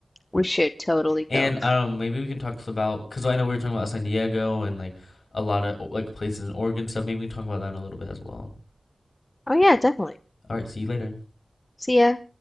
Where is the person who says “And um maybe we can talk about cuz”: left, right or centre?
Left